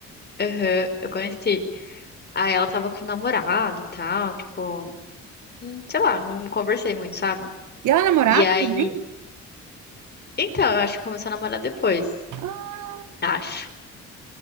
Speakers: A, on the left; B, on the right.
A: aham, eu conheci. Aí ela tava com o namorado, tal, tipo, hum, sei lá, não conversei muito, sabe?
B: E ela namorava
A: E aí,
B: também?
A: então, eu acho que começou a namorar depois,
B: Ah,
A: acho.